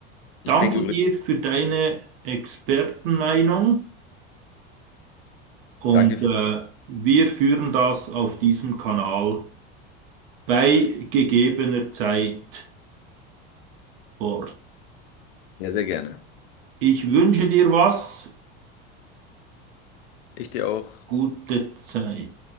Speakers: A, on the left (about 85°); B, on the right (about 75°).
A: Ich
B: Danke
A: trinke übrigens.
B: dir für deine Expertenmeinung. Und
A: Danke für
B: äh, wir führen das auf diesem Kanal bei gegebener Zeit fort.
A: sehr, sehr gerne.
B: Ich wünsche dir was,
A: Ich dir auch.
B: gute Zeit.